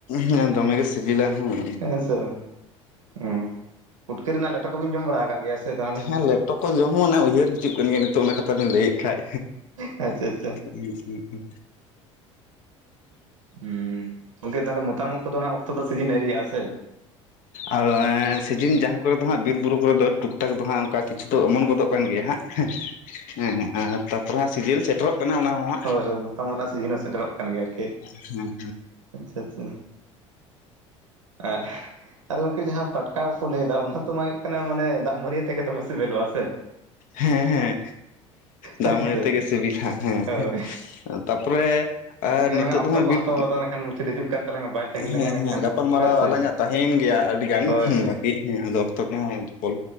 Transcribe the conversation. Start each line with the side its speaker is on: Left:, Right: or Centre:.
Left: ᱦᱮᱸ, ᱫᱚᱢᱮᱜᱮ ᱥᱤᱵᱤᱞᱟ ᱦᱩᱸ᱾
Right: ᱥᱚ ᱦᱩᱸ, ᱯᱩᱴᱠᱟᱹ ᱨᱮᱱᱟᱜ ᱞᱮᱴᱚ ᱠᱚᱵᱤᱱ ᱡᱚᱢ ᱵᱟᱲᱟ ᱟᱠᱟᱜ ᱜᱮᱭᱟ ᱥᱮ? ᱛᱟᱦᱚᱞᱮ
Left: ᱦᱮᱸ ᱞᱮᱴᱚ ᱠᱚ ᱡᱚᱢ ᱦᱚᱸ ᱚᱱᱮ ᱩᱭᱦᱟᱹᱨ ᱦᱤᱡᱩᱜ ᱠᱟᱱ ᱜᱮᱭᱟ ᱱᱤᱛᱚᱜ ᱚᱱᱟ ᱠᱟᱛᱷᱟ ᱵᱤᱱ ᱞᱟᱹᱭᱮᱫ ᱠᱷᱟᱱ,
Right: ᱟᱪᱪᱷᱟ ᱟᱪᱪᱷᱟ
Left: ᱦᱩᱸ, ᱦᱩᱸ, ᱦᱩᱸ,
Right: ᱦᱩᱸᱻ ᱚᱱᱛᱮ ᱛᱟᱦᱞᱮ ᱢᱚᱛᱟᱢ ᱩᱫ ᱠᱚᱫᱚ ᱱᱟᱜᱚᱠᱛᱚ ᱥᱤᱡᱤᱱ ᱟᱭᱨᱤᱭᱟᱜ-ᱟ ᱥᱮ?
Left: ᱟᱨ ᱮᱸᱻ ᱥᱤᱡᱤᱱ ᱡᱟᱦᱟᱸ ᱠᱚᱨᱮ ᱫᱚ ᱦᱟᱸᱜ ᱵᱤᱨ ᱼ ᱵᱩᱨᱩ ᱠᱚᱨᱮ ᱫᱚ ᱴᱩᱠᱴᱟᱠ ᱫᱚ ᱦᱟᱸᱜ ᱚᱱᱠᱟ ᱠᱤᱪᱷᱩ ᱫᱚ ᱮᱢᱚᱱ ᱜᱚᱫᱚᱜ ᱠᱟᱱ ᱜᱮᱭᱟ ᱦᱟᱸᱜ, ᱦᱮᱸ ᱟᱨ ᱛᱟᱯᱚᱨᱮ ᱦᱟᱸᱜ ᱥᱤᱡᱤᱱ ᱥᱮᱴᱮᱨᱚᱜ ᱠᱟᱱᱟ ᱚᱱᱟ ᱦᱚᱸᱦᱟᱸᱜ᱾
Right: ᱦᱳᱭ ᱦᱳᱭ ᱢᱚᱛᱟᱢ ᱳᱫ ᱨᱮᱱᱟᱜ ᱥᱤᱡᱤᱱ ᱦᱚᱸ ᱥᱮᱴᱮᱨᱚᱜ ᱠᱟᱱ ᱜᱮᱭᱟ ᱟᱨᱠᱤ᱾
Left: ᱦᱟᱸᱜ
Right: ᱟᱪᱪᱷᱟ ᱟᱪᱪᱷᱟ᱾ ᱟᱜ ᱟᱫᱚ ᱜᱚᱢᱠᱮ ᱡᱟᱦᱟᱸ ᱯᱟᱴᱠᱟ ᱩᱫ ᱠᱚ ᱞᱟᱹᱭᱮᱫᱟ, ᱚᱱᱟ ᱛᱚ ᱢᱟ ᱦᱩᱭᱩᱜ ᱠᱟᱱᱟ ᱢᱟᱱᱮ ᱫᱟᱜ ᱢᱟᱹᱨᱤ ᱟᱛᱮᱜᱮ ᱫᱚᱢᱮ ᱥᱮᱹᱵᱮᱹᱞᱚᱜ-ᱟ ᱥᱮ᱾ <unintelligible>
Left: ᱦᱮᱸ ᱦᱮᱸ ᱫᱟᱜ
Right: ᱦᱮᱸ
Left: ᱢᱟᱹᱰᱤ
Right: ᱥᱮ
Left: ᱛᱮᱜᱮ ᱥᱤᱵᱤᱞᱟ ᱾ ᱦᱮᱸ
Right: ᱦᱳᱭ
Left: ᱛᱟᱯᱚᱨᱮ
Right: ᱤᱱᱠᱟᱹ
Left: ᱟᱨ ᱱᱤᱛᱚᱜ
Right: ᱟᱞᱟᱝᱟᱜ ᱚᱠᱛᱚ
Left: ᱫᱚ ᱦᱟᱸᱜ
Right: ᱠᱚᱦᱚᱸ
Left: ᱵᱤᱨ,
Right: ᱛᱚ ᱟᱫᱚ ᱱᱟᱠᱷᱟᱱ ᱢᱩᱪᱟᱹᱫ ᱦᱤᱡᱩᱜ ᱠᱟᱱ ᱛᱟᱞᱟᱝᱟ ᱵᱟᱭ ᱛᱟᱺᱜᱤ ᱞᱟᱝᱟ
Left: ᱦᱮᱸ
Right: ᱱᱟᱠᱷᱟᱱ
Left: ᱦᱮᱸ ᱜᱟᱯᱟᱞᱼ ᱢᱟᱨᱟᱣ
Right: ᱦᱮᱸ ᱥᱮ
Left: ᱟᱞᱟᱝᱟᱜ ᱛᱟᱦᱮᱭᱮᱱ ᱜᱮᱭᱟ ᱟᱹᱰᱤ ᱜᱟᱱ
Right: ᱦᱳᱭ
Left: ᱦᱩᱸ
Right: ᱦᱳᱭ
Left: ᱵᱟᱠᱤ ᱦᱩᱸ ᱟᱫᱚ ᱚᱠᱛᱚ ᱠᱚᱦᱚᱸ ᱯᱚᱞᱼ